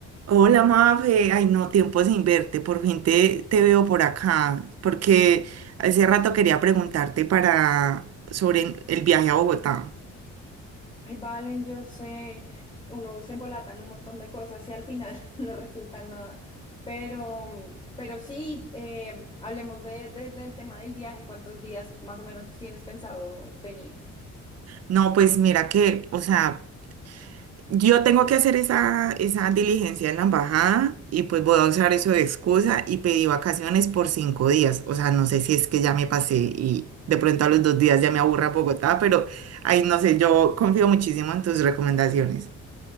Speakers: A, on the right; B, on the left.
A: Hola, Mafe. Ay, no, tiempo sin verte. Por fin te, te veo por acá, porque hace rato quería preguntarte para sobre el viaje a Bogotá.
B: Ay, Valen, yo sé, uno se embolata en un montón de cosas y al final <laughs> no resulta nada. Pero, pero sí, eh, hablemos de, de- del tema del viaje. ¿Cuántos días más o menos tienes pensado venir?
A: No, pues mira que, o sea, yo tengo que hacer esa, esa diligencia en la embajada y pues voy a usar eso de excusa y pedí vacaciones por cinco días. O sea, no sé si es que ya me pasé y de pronto a los dos días ya me aburra Bogotá, pero ay, no sé, yo confío muchísimo en tus recomendaciones.